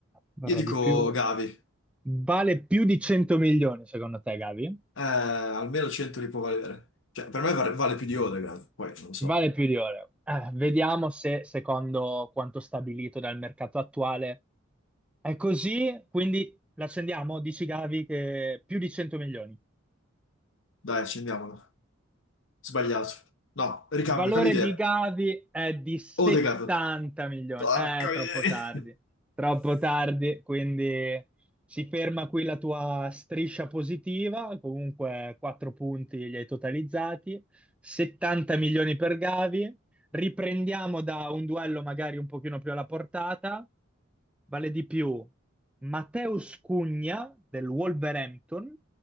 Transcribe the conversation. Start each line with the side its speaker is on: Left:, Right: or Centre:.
Centre: Varrà
Left: Io dico
Centre: di più.
Left: Gavi,
Centre: Vale più di 100 milioni, secondo te, Gavi?
Left: Eh, almeno 100 li può valere. Cioè, per me vale, vale più di Odegaard, poi non lo so.
Centre: Vale più di oro. Eh, vediamo se, secondo quanto stabilito dal mercato attuale, è così. Quindi l'accendiamo, dici Gavi, che più di 100 milioni.
Left: Dai, accendiamolo. Sbagliato. No, ricambio,
Centre: Il valore
Left: cambio idea.
Centre: di Gavi è di 70
Left: Odegaard.
Centre: milioni.
Left: Porca
Centre: Eh, troppo
Left: miseria.
Centre: tardi,
Left: <laughs>
Centre: troppo tardi, quindi si ferma qui la tua striscia positiva, comunque 4 punti li hai totalizzati, 70 milioni per Gavi. Riprendiamo da un duello magari un pochino più alla portata, vale di più Matheus Cugna del Wolverhampton